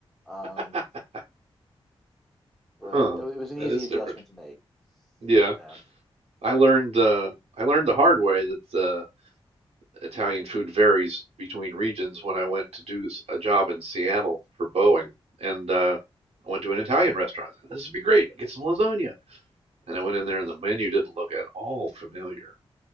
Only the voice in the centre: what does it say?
Um,
but
it, it was an
easy
adjustment
to make.
Yeah.